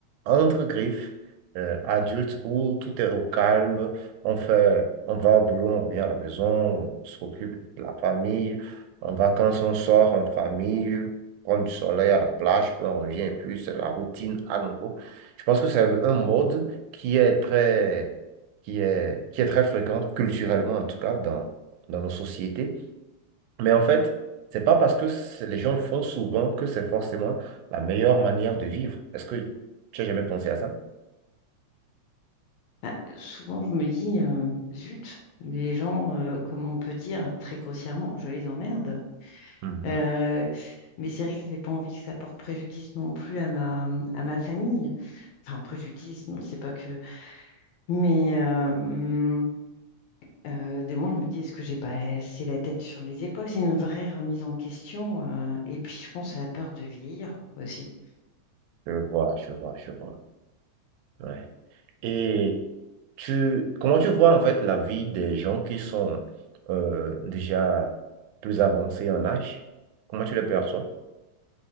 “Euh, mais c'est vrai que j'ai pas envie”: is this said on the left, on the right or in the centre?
Left